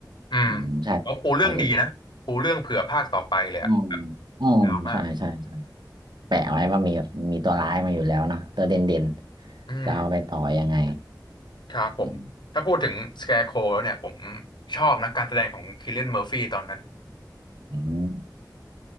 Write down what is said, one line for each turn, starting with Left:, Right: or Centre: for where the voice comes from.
Left: อืม
Right: อืมใช่
Left: เขาปูเรื่องดีนะปูเรื่องเผื่อภาคต่อไปเลยอ่ะ
Right: อันนี้อืมอืมใช่ใช่ใช่
Left: ยาวมาก
Right: แปะไว้ว่ามีมีตัวร้ายมาอยู่แล้วเนาะตัวเด่นเด่น
Left: อืม
Right: จะเอาไปต่อยังไง
Left: ครับผมถ้าพูดถึงสแคร์โค
Right: อืม
Left: w แล้วเนี่ยผมชอบนะการแสดงของคิลเลียนเมอร์ฟี่ตอนนั้น
Right: อืม